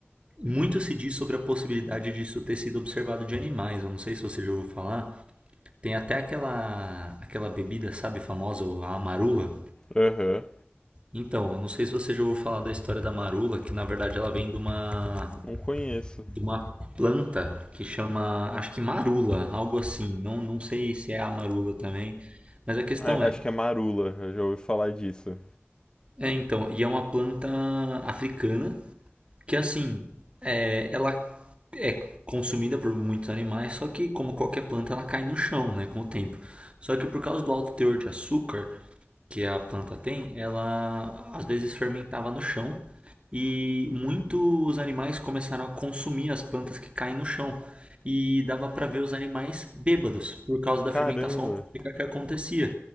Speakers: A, on the right; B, on the left.
A: muito se diz sobre a possibilidade disso ter sido observado de animais, eu não sei se você já ouviu falar, tem até aquela, aquela bebida, sabe, famosa, a amarula,
B: Aham.
A: Então, eu não sei se você já ouviu falar da história da marula, que na verdade ela vem de uma,
B: Não conheço.
A: de uma planta que chama, acho que marula, algo assim. Não, não sei se é a marula também, mas a questão
B: É,
A: é,
B: acho que é marula, eu já ouvi falar disso.
A: é então, e é uma planta africana que assim, é, ela é consumida por muitos animais, só que como qualquer planta ela cai no chão, né, com o tempo. Só que por causa do alto teor de açúcar, que a planta tem, ela às vezes fermentava no chão e muitos animais começaram a consumir as plantas que caem no chão. E dava para ver os animais bêbados por causa da
B: Caramba,
A: fermentação alcoólica que acontecia.